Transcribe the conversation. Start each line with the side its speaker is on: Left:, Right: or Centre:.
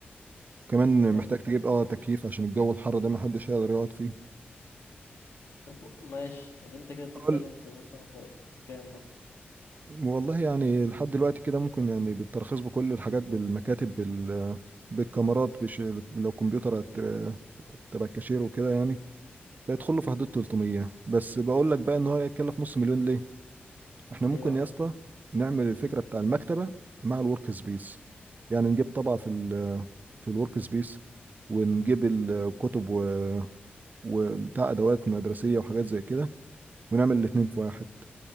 Right: كمان
Left: طب
Right: محتاج
Left: تمام
Right: تجيب اه تكييف عشان الجو الحر ده محدش هيقدر يقعد فيه
Left: طب ماشي طب انت كده بتتكلم
Right: وأقول
Left: في مثلا في, في كام مثلا
Right: والله يعني لحد دلوقتي كده ممكن يعني بالترخيص بكل الحاجات بالمكاتب بال بالكاميرات بش... لو كمبيوتر هت... تبع الكاشير وكده يعني بيدخل له في حدود 300 بس بقول لك بقى ان هو هيتكلف نص مليون ليه؟ احنا
Left: ليه
Right: ممكن
Left: بقى
Right: يا اسطى نعمل الفكره بتاع المكتبه مع الورك سبيس يعني نجيب طبعه في ال... في الورك سبيس ونجيب الكتب و... وبتاع ادوات مدرسيه وحاجات زي كده ونعمل الاتنين
Left: امم
Right: في واحد